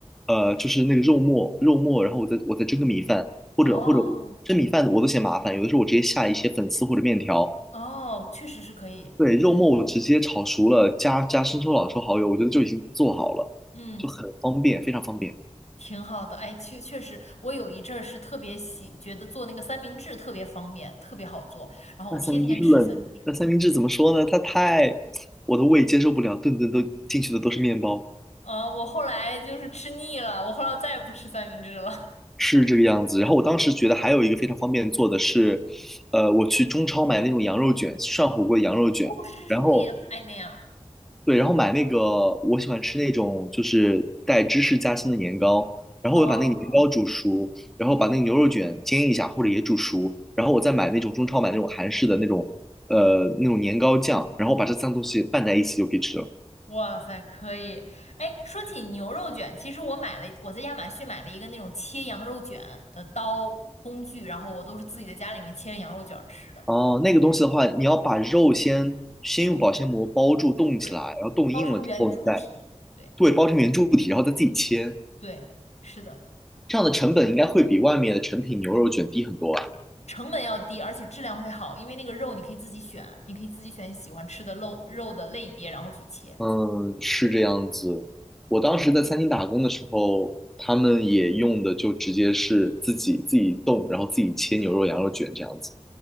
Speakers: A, in the centre; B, on the left.
A: 呃，就是那个肉末，肉末，然后我再我再蒸个米饭，或者或者蒸米饭我都嫌麻烦，
B: 哦
A: 有的时候我直接下一些粉丝或者面条。
B: 哦，确实是可以。
A: 对，肉末我直接炒熟了，加加生抽、老抽、蚝油，我觉得就已经做好了，
B: 嗯嗯。
A: 就很方便，非常方便。
B: 挺好的，哎，确确实，我有一阵儿是特别喜，觉得做那个三明治特别方便，特别好做，然后我天天吃三明治。
A: 那三明治是冷，那三明治怎么说呢？它太，我的胃接受不了，顿顿都进去的都是面包。
B: 啊，我后来就是吃腻了，我后来再也不吃三明治了。<laughs>
A: 是这个样子。然后我当时觉得还有一个非常方便做的是，呃，我去中超买那种羊肉卷，涮火锅的羊肉卷，
B: 哦，是是，
A: 然后
B: 我也爱那样
A: 对，然后买那个我喜欢吃那种就是带芝士夹心的年糕，然后我把那个年糕煮熟，
B: 哦，
A: 然后把那个牛肉卷煎一下或者也煮熟，然后我再买那种中超买那种韩式的那种呃那种年糕酱，然后把这三个东西拌在一起就可以吃了。
B: 哇塞，可以。哎，说起牛肉卷，其实我买了，我在亚马逊买了一个那种切羊肉卷的刀工具，然后我都是自己在家里面切着羊肉卷儿吃的，
A: 哦，那个东西的话，你要把肉先先用保鲜膜包住冻起来，
B: 冻起来，对，
A: 然后冻硬了之后，
B: 包成圆柱体，
A: 你再
B: 对
A: 对，包成圆柱体，然后再自己切，
B: 对，是的。
A: 这样的成本应该会比外面的成品牛肉卷低很多吧？
B: 成本要低，而且质量会好，因为那个肉你可以自己选，你可以自己选你喜欢吃的肉肉的类别，然后去切。
A: 嗯，是这样子。我当时在餐厅打工的时候，
B: 对，
A: 他们也用的就直接是自己自己冻，然后自己切牛肉、羊肉卷这样子。